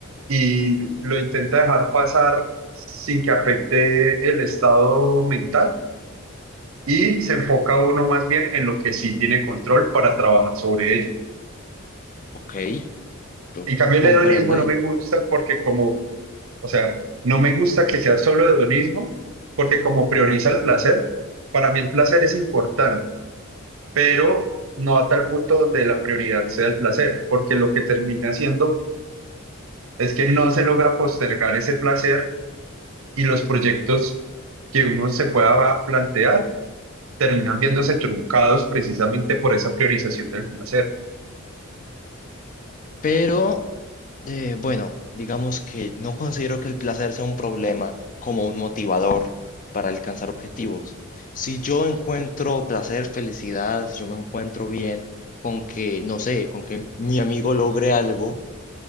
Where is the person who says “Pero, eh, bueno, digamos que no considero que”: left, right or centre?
Left